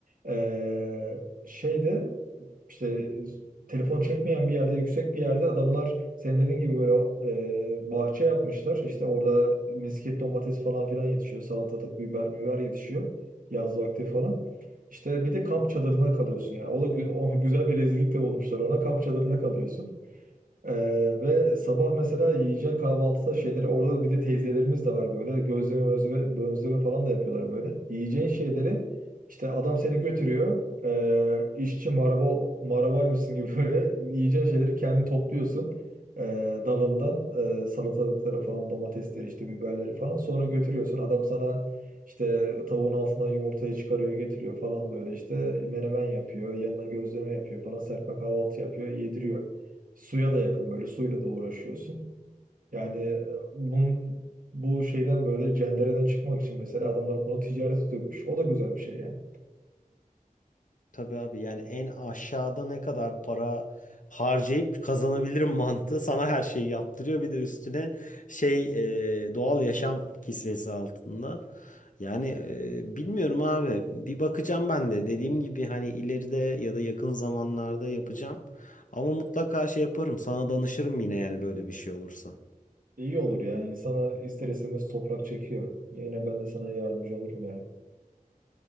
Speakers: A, on the right; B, on the left.
A: Ee, şeyde İşte telefon çekmeyen bir yerde yüksek bir yerde adamlar senin dediğin gibi böyle e, bahçe yapmışlar. İşte orada misket domates falan filan yetişiyor. Salatalık, biber, biber yetişiyor yaz vakti falan. İşte bir de kamp çadırına kalıyorsun yani. O da gü- o güzel bir rezillik de olmuşlar ona. Kamp çadırına kalıyorsun. Ee, ve sabah mesela yiyeceğin kahvaltıda şeyleri orada bir de teyzelerimiz de var böyle gözleme mözleme, bözleme falan da yapıyorlar böyle. Yiyeceğin şeyleri işte adam seni götürüyor ee, işçi maraba, marabaymışsın gibi böyle <laughs> yiyeceğin şeyleri kendin topluyorsun ee, dalından ee, salatalıkları falan domatesleri işte biberleri falan sonra götürüyorsun adam sana işte tavuğun altından yumurtayı çıkarıyor getiriyor falan böyle işte menemen yapıyor yanına gözleme yapıyor falan serpme kahvaltı yapıyor yediriyor. Suya da yakın böyle suyla da uğraşıyorsun. Yani e, bunun, bu şeyden böyle cendereden çıkmak için mesela adamlar bunu ticaret ediyormuş. O da güzel bir şey yani.
B: Tabii abi yani en aşağıda ne kadar para harcayıp kazanabilirim mantığı sana her şeyi yaptırıyor. Bir de üstüne şey e, doğal yaşam kisvesi altında. Yani e, bilmiyorum abi bir bakacağım ben de dediğim gibi hani ileride ya da yakın zamanlarda yapacağım. Ama mutlaka şey yaparım sana danışırım yine yani böyle bir şey olursa.
A: İyi olur yani insana ister istemez toprak çekiyor. Yine ben de sana yardımcı olurum yani.